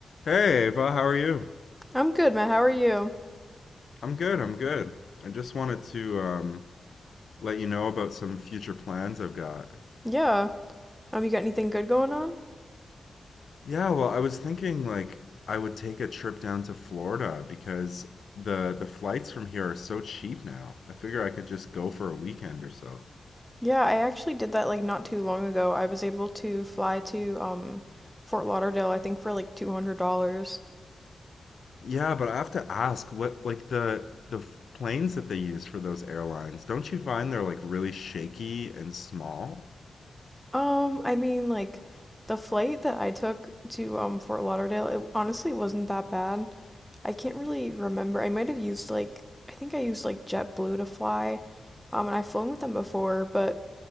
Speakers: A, on the left; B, in the centre.
A: Hey, Ava, how are you?
B: I'm good, Matt. How are you?
A: I'm good, I'm good. I just wanted to um, let you know about some future plans I've got.
B: Yeah. Um, you got anything good going on?
A: Yeah, well, I was thinking like I would take a trip down to Florida because the the flights from here are so cheap now. I figure I could just go for a weekend or so.
B: Yeah, I actually did that like not too long ago. I was able to fly to um Fort Lauderdale, I think for like $200.
A: Yeah, but I have to ask what like the the f- planes that they use for those airlines, don't you find they're like really shaky and small?
B: Um, I mean like the flight that I took to um Fort Lauderdale, it honestly wasn't that bad. I can't really remember. I might have used like I think I used like JetBlue to fly. Um, and I've flown with them before, but